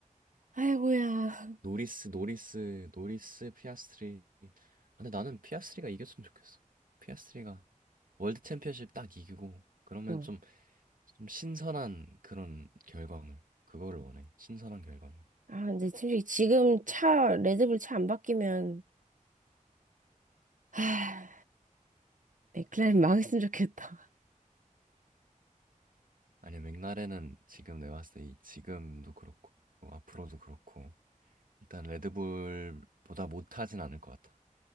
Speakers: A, on the right (about 70°); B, on the right (about 85°).
A: 아이고야.
B: 노리스, 노리스, 노리스, 피아스트리. 아, 근데 나는 피아스트리가 이겼으면 좋겠어. 피아스트리가 월드 챔피언십 딱 이기고 그러면
A: 어.
B: 좀, 좀 신선한 그런 결과물. 그거를 원해. 신선한 결과물.
A: 아, 근데 솔직히 지금 차, 레드불 차 안 바뀌면, 하, 맥클라렌 망했으면 좋겠다.
B: 아니야, 맥라렌은 지금 내가 봤을 때이 지금도 그렇고 뭐 앞으로도 그렇고 일단 레드불보다 못하진 않을 것 같아.